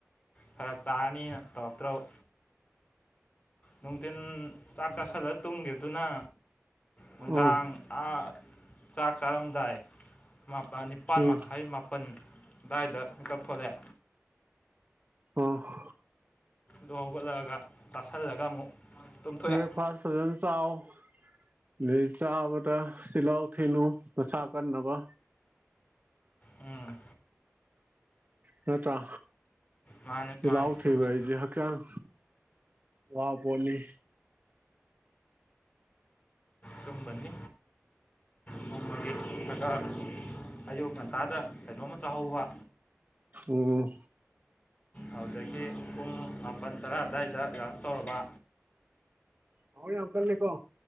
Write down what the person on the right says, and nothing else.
ꯑꯥ
ꯎꯝ
ꯑꯥꯍ
ꯕ꯭ꯔꯦꯛꯐꯥꯁ ꯐꯖꯅ ꯆꯥꯎ ꯑꯗꯩ ꯆꯥꯕꯗ ꯆꯤꯂꯥꯎ ꯊꯤꯟꯅꯣ ꯅꯁꯥ ꯀꯟꯅꯕ
ꯅꯠꯇ꯭ꯔ
ꯆꯤꯂꯥꯎ
ꯊꯤꯕ
ꯍꯥꯏꯁꯤ ꯍꯛꯆꯥꯡ ꯋꯥ ꯄꯣꯠꯅꯤ
ꯑꯣ
ꯊꯕꯛ ꯌꯥꯝ ꯀꯜꯂꯦꯀꯣ